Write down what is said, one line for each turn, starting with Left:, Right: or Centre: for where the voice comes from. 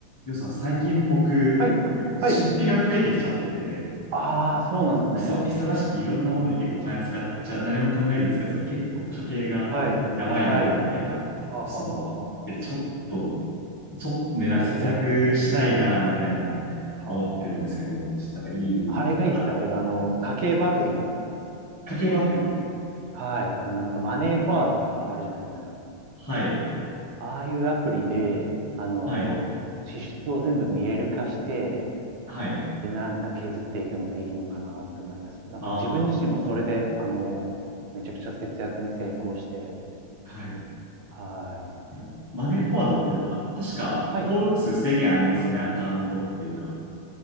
Left: ようさん、最近僕、
Right: はい。
Left: えもう出費が増えてきちゃってて、
Right: はい。ああ、そうなんですね。
Left: そう、いそ、忙しくていろんなものに結構お金使っちゃ、何も考えず使ってたら結構家計がやばいな、
Right: はい。はい。
Left: みたいな。
Right: はあ、
Left: そう。
Right: はあはあはあ。
Left: で、ちょっと、ちょっとね、なんか節約したいな、
Right: 節約っすよね。
Left: みたいな、
Right: はあ、
Left: 思ってるんですけど、
Right: は
Left: ちょっとなんかいい、
Right: あ。あれがいいっすよ。
Left: あ、
Right: あれが、あの、家計簿アプリが。
Left: 家計簿アプリ。
Right: はい。あの、なんかマネーフォワードとかあるじゃないですか。
Left: はい、
Right: ああいうアプリで、あの、
Left: はい、
Right: 支出を全部見える化して、
Left: はい。
Right: で、なんか削っていくのがいいのかなって思います。なんか自分自身もそれで、
Left: あー、
Right: あの、めちゃくちゃ節約に成功して、
Left: はい。て
Right: はい。
Left: かマネーフォワードっていうか、確か登録数制限ありますよね、
Right: はい。
Left: アカウントっていうか、